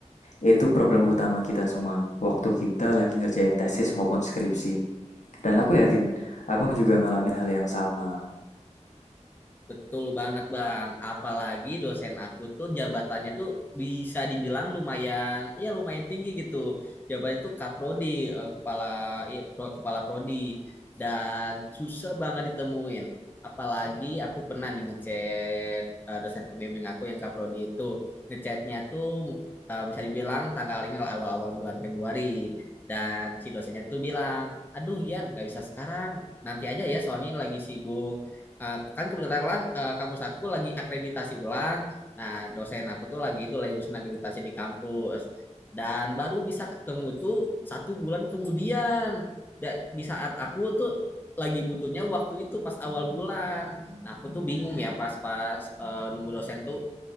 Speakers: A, on the left; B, on the left.
A: Itu problem utama kita semua, waktu kita lagi ngerjain tesis maupun skripsi. Dan aku yakin, abang juga ngalamin hal yang sama.
B: Betul banget Bang. Apalagi dosen aku tuh jabatannya tuh bisa dibilang lumayan, ya lumayan tinggi gitu. Jabatannya tuh kaprodi, eh, kepala, iya, pro- kepala prodi dan susah banget ditemuin. Apalagi aku pernah nih ngechat eh, dosen pembimbing aku yang kaprodi itu ngechatnya tuh eh, bisa dibilang tanggal ini lah awal-awal bulan Februari. Dan si dosennya tuh bilang, aduh Yan, gak bisa sekarang, nanti aja ya, Sony lagi sibuk eh, kan kebetulan eh, kampus aku lagi akreditasi ulang. Nah, dosen aku tuh lagi itu lagi urusan akreditasi di kampus. Dan baru bisa ketemu tuh satu bulan kemudian. Da- di saat aku tuh lagi butuhnya waktu itu pas awal bulan. Nah, aku tuh bingung ya pas-pas eh, nunggu dosen tuh